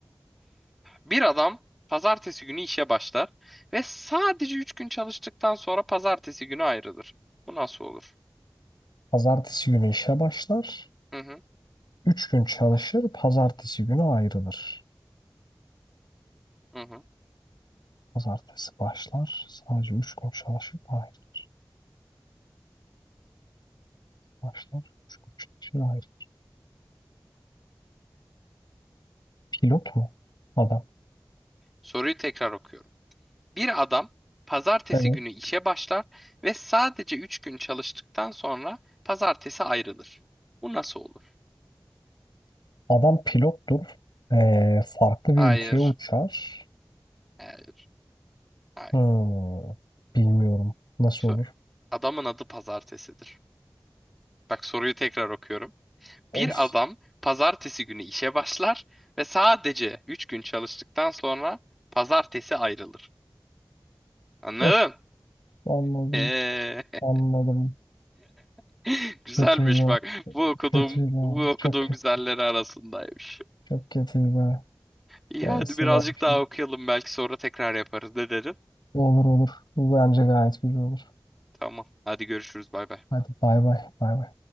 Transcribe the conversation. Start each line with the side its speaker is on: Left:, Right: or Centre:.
Centre: Bir adam pazartesi günü işe başlar ve sadece 3 gün çalıştıktan sonra pazartesi günü ayrılır. Bu nasıl olur?
Left: Pazartesi günü işe başlar.
Centre: Hı hı,
Left: Üç gün çalışır, pazartesi günü ayrılır.
Centre: hı hı.
Left: Pazartesi başlar, sadece üç gün çalışıp ayrılır. Başlar, üç gün çalışır, ayrılır. Pilot mu? Adam.
Centre: Soruyu tekrar okuyorum. Bir adam pazartesi
Left: Evet.
Centre: günü işe başlar ve sadece 3 gün çalıştıktan sonra pazartesi ayrılır. Bu nasıl olur?
Left: Adam pilottur. Ee, farklı
Centre: Hayır,
Left: bir ülkeye uçar.
Centre: hayır, hayır.
Left: Hmm, bilmiyorum. Nasıl
Centre: Sor.
Left: olur?
Centre: Adamın adı pazartesidir. Bak soruyu tekrar okuyorum.
Left: Of
Centre: Bir adam pazartesi günü işe başlar ve sadece 3 gün çalıştıktan sonra pazartesi ayrılır. Anladın?
Left: of anladım.
Centre: Ee,
Left: Anladım.
Centre: <laughs> güzelmiş
Left: Kötüydü.
Centre: bak. Bu okuduğum
Left: Kötüydü.
Centre: bu okuduğum
Left: Çok kötü.
Centre: güzelleri arasındaymış.
Left: Çok kötüydü.
Centre: İyi
Left: Neyse
Centre: hadi birazcık
Left: ben şimdi.
Centre: daha okuyalım belki sonra tekrar yaparız. Ne dedin?
Left: Olur olur. Bu bence gayet güzel olur.
Centre: Tamam. Hadi görüşürüz. Bay bay.
Left: Hadi bay bay. Bay bay.